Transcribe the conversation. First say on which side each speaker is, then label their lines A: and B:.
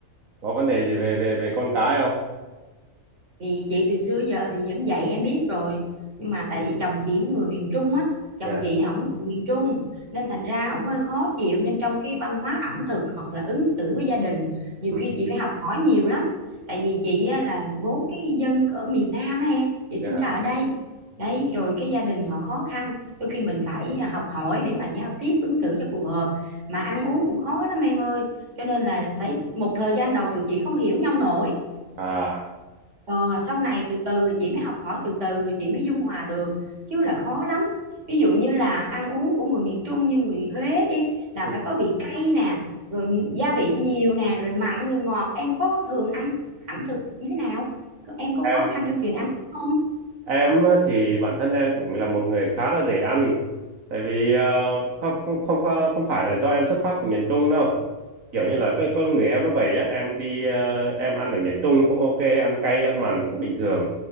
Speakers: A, on the right (about 75°); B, on the right (about 60°).
A: có vấn đề gì về về về con cái không
B: thì chị từ xưa giờ thì vẫn dạy em biết rồi nhưng mà tại vì chồng chị nó người miền Trung á chồng
A: dạ
B: chị ổng người miền Trung nên thành ra ổng hơi khó chịu nên trong cái văn hóa ẩm thực hoặc là ứng xử với gia đình nhiều
A: ừ,
B: khi chị phải học hỏi nhiều lắm tại vì chị á, là vốn cái dân ở miền Nam á em chị sinh
A: dạ
B: ra ở đây đấy rồi cái gia đình họ khó khăn đôi khi mình phải học hỏi để mà giao tiếp ứng xử cho phù hợp mà ăn uống cũng khó lắm em ơi cho nên là phải một thời gian đầu tụi chị không hiểu nhau nổi
A: à
B: Ờ, sau này từ từ rồi chị mới học hỏi từ từ rồi chị mới dung hòa được chứ là khó lắm ví dụ như là ăn uống của người miền Trung như người Huế đi là
A: ừ.
B: phải có vị cay nè rồi gia vị nhiều nè rồi mặn rồi ngọt em có thường ăn ẩm thực như thế nào em có
A: Em
B: khó khăn trong chuyện ăn không
A: Em á, thì bản thân em cũng là một người khá là dễ ăn. Tại vì ờ, không không không pha- không phải là do em xuất phát từ miền Trung đâu. Kiểu như là cái con người em nó vậy á, em đi ờ, em ăn ở miền Trung cũng ok, ăn cay ăn mặn cũng bình thường.